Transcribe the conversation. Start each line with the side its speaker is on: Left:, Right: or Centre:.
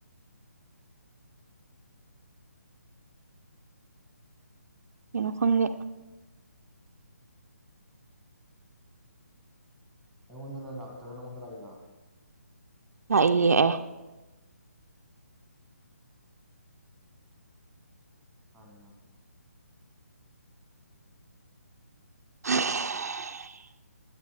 Right: ꯀꯩꯅꯣ ꯈꯪꯗꯦ
Centre: ꯑꯩꯉꯣꯟꯗꯅ ꯂꯥꯛꯇꯕꯅ ꯃꯣꯟꯗ ꯂꯥꯛꯕ
Right: ꯂꯥꯛꯏ ꯑꯦ
Centre: ꯃꯥꯅꯤ ꯃꯥ
Right: <inaudible>